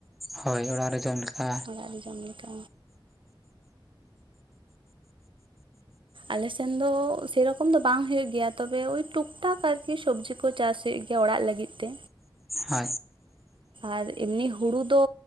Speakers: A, in the centre; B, on the right.
A: ᱦᱳᱭ ᱚᱲᱟᱜ ᱨᱮ ᱡᱚᱢ ᱞᱮᱠᱟ᱾
B: ᱚᱲᱟᱜ ᱨᱮ ᱡᱚᱢ ᱞᱮᱠᱟ᱾ ᱟᱞᱮᱥᱮᱱ ᱫᱚ ᱥᱮᱨᱚᱠᱚᱢ ᱫᱚ ᱵᱟᱝ ᱦᱳᱭᱳ ᱜᱮᱭᱟ ᱛᱚᱵᱮ ᱳᱭ ᱴᱩᱠ ᱴᱟᱠ ᱟᱨᱠᱤ ᱥᱚᱵᱽᱡᱤ ᱠᱚ ᱪᱟᱥ ᱦᱩᱭᱩᱜ ᱜᱮᱭᱟ ᱚᱲᱟᱜ ᱞᱟᱹᱜᱤᱫ ᱛᱮ᱾
A: ᱦᱳᱭ
B: ᱟᱨ ᱮᱢᱱᱤ ᱦᱩᱲᱩ ᱫᱚ